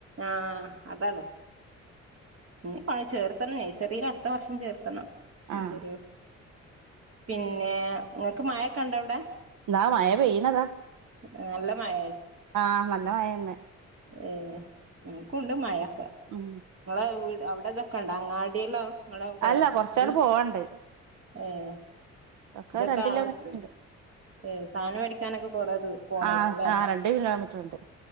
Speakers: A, on the right; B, on the right.
A: ആഹ് അതാള്ളത് ഇഞ് ഇപോളെ ചേർത്തണം. നെയ്സറീൽ അട്ത്ത വർഷം ചേർത്തണം. ഉം
B: ആഹ്
A: ചെറിയ കു. പിന്നേ ഇങ്ങക്ക് മഴൊക്കെ ഉണ്ടോ അവ്ടെ?
B: ദാ മയ പെയ്യ്ണതാ.
A: അആഹ് നല്ല മഴേ
B: ആഹ് നല്ല മയെ ന്ന്
A: ഏഹ് ഇൻകൂണ്ട് മഴൊക്കെ.
B: അങ്ങന
A: ഇങ്ങളെ വീട് അവിടെ ഇതൊക്കണ്ടാ അങ്ങാടീള്ള ങ്ങളൊക്കെ
B: അല്ല കൊറച്ചാണ്ട്
A: ത്?
B: പോവാണ്ട്.
A: ഏഹ്
B: ഒക്കെ
A: ദൊകാവ്സിം
B: രണ്ട് കിലോമീറ്റർ ഉണ്ട്
A: ഏഹ് സാധനം വേടിക്കാനൊക്കെ കൊറേ ദൂ പോണേര്ക്കുലേ
B: ആഹ് ആഹ് രണ്ട് കിലോമീറ്റർ ഉണ്ട്